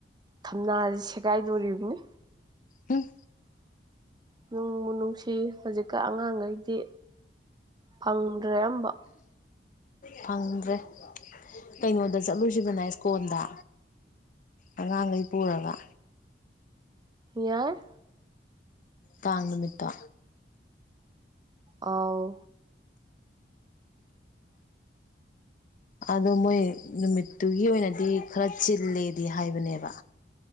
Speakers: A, on the right; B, on the left.
A: ꯊꯝꯅꯥꯁ ꯁꯦꯒꯥꯏꯗꯣꯔꯤꯕꯅꯤ
B: ꯎꯝ
A: ꯅꯣꯡꯕꯨ ꯅꯨꯡꯁꯤ ꯍꯧꯖꯤꯛꯀ ꯑꯉꯥꯡꯈꯩꯗꯤ ꯐꯪꯗ꯭ꯔꯦ ꯑꯝꯕ
B: ꯐꯪꯗ꯭ꯔꯦ ꯀꯩꯅꯣꯗ ꯆꯠꯂꯨꯁꯤꯕꯅ ꯁ꯭ꯀꯣꯟꯜꯗ ꯑꯉꯥꯡꯈꯩ ꯄꯨꯔꯒ
A: ꯌꯥꯏ
B: ꯇꯥꯡ ꯅꯨꯃꯤꯠꯇ
A: ꯑꯥꯎ
B: ꯑꯗꯣ ꯃꯣꯏ ꯅꯨꯃꯤꯠ ꯑꯗꯨꯒꯤ ꯑꯣꯏꯅꯗꯤ ꯈꯔ ꯆꯤꯜꯂꯦꯗꯤ ꯍꯥꯏꯕꯅꯦꯕ